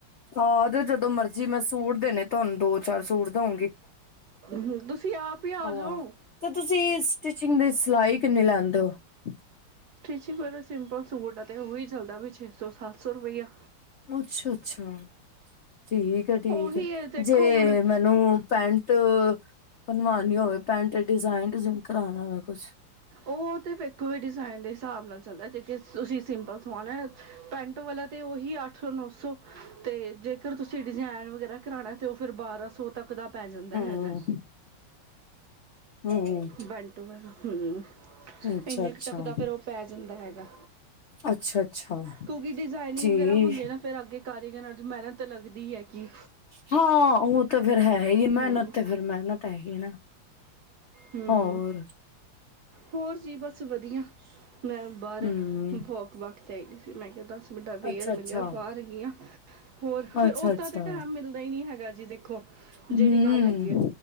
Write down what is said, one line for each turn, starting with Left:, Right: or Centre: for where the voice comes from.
Left: ਆ ਜਾਓ ਜਦੋਂ ਮਰਜ਼ੀ ਮੈਂ ਸੂਟ ਦੇਣੇ ਤੁਹਾਨੂੰ ਦੋ ਚਾਰ ਸੂਟ ਦਿਓਗੀ
Right: ਹਮ, ਤੁਸੀਂ ਆਪ ਹੀ ਆ
Left: ਹਾਂ
Right: ਜਾਓ
Left: ਤੇ ਤੁਸੀਂ ਸਟਿਚਿੰਗ ਦੀ ਸਿਲਾਈ ਕਿੰਨੀ ਲੈਂਦੇ ਹੋ ਕੁ <unintelligible>
Right: ਸਟਿਚਿੰਗ ਸਿੰਪਲ ਸੂਟ ਤੇ ਉਹੀ ਚੱਲਦਾ ਵੀ ਛੇ ਸੌ ਸੱਤ ਸੌ ਰੁਪਈਆ
Left: ਅੱਛਾ ਅੱਛਾ ਠੀਕ ਹੈ ਠੀਕ
Right: ਉਹੀ
Left: ਹੈ
Right: ਦੇਖੋ
Left: ਜੇ
Right: ਹੁਣ
Left: ਮੈਨੂੰ ਪੈਂਟ ਬਣਵਾਉਣੀ ਹੋਵੇ ਪੈਂਟ ਡਿਜ਼ਾਇਨ ਡੂਜੀਨ ਕਰਉਣਾ ਹੋਵੇ ਕੁਛ
Right: ਉਹ ਤੇ ਵੇਖੋ ਡਿਜ਼ਾਇਨ ਦੇ ਹਿਸਾਬ ਨਾਲ ਚੱਲਦਾ ਜੇਕਰ ਤੁਸੀਂ ਸਿੰਪਲ ਸਾਵਾਨਾ ਹੈ, ਪੈਂਟ ਵਾਲਾ ਤੇ ਉਹੀ ਅੱਠ ਸੌ ਨੌ ਸੌ ਤੇ ਜੇਕਰ ਤੁਸੀਂ ਡਿਜ਼ਾਇਨ ਵਗੈਰਾ ਕਰਾਣਾ ਤੇ ਉਹ ਫਿਰ ਬਾਰਾਂ ਸੌ ਤੱਕ ਤਕ ਦਾ ਪੈ ਜਾਂਦਾ
Left: ਹੂੰ
Right: ਹੈਗਾ
Left: ਹੂੰ
Right: ਪੈਂਟ ਵਾਲਾ ਹੂ
Left: ਅੱਛਾ
Right: ਇੰਨੇ
Left: ਅੱਛਾ
Right: ਕੁ ਤੱਕ ਦਾ ਫਿਰ ਉਹ ਪੈ ਜਾਂਦਾ ਹੈਗਾ
Left: ਅੱਛਾ ਅੱਛਾ
Right: ਕਿਉਂਕਿ ਡਿਜ਼ਾਇਨਿੰਗ
Left: ਜੀ
Right: ਵਗੈਰਾ ਹੁੰਦੇ ਨਾ ਫਿਰ ਅੱਗੇ ਕਾਰੀਗਰ ਦੀ ਮਿਹਨਤ ਲੱਗਦੀ ਹੈਗੀ
Left: ਹਾਂ ਉਹ ਤੇ ਫਿਰ ਹੈ ਹੀ ਮਿਹਨਤ
Right: ਹੂੰ
Left: ਤੇ ਫਿਰ ਮਿਹਨਤ ਹੈਗੀ ਨਾ
Right: ਹੂੰ
Left: ਹੋਰ
Right: ਹੋਰ ਜੀ ਬਸ ਵਧੀਆ ਮੈਂ ਬਾਹਰ
Left: ਹੂੰ,
Right: ਵਾਕ ਵੋਕ ਤੇ ਆਈ ਹੋਈ ਸੀ ਮੈਂ ਕਿਹਾ ਦੱਸ ਸੀ <unintelligible> ਮੁੰਡਾ ਫਿਰ
Left: ਅੱਛਾ-ਅੱਛਾ,
Right: ਮਿਲਿਆ ਬਾਹਰ ਗਿਆ ਹੋਰ ਫਿਰ
Left: ਅੱਛਾ-ਅੱਛਾ,
Right: ਓਦਾਂ ਤੇ ਟਾਇਮ ਮਿਲਦਾ ਹੀ ਨੀ ਹੈਗਾ ਜੀ ਦੇਖੋ ਜਿਹੜੀ
Left: ਹੂੰ।
Right: ਗੱਲ ਹੈਗੀ ਹੈ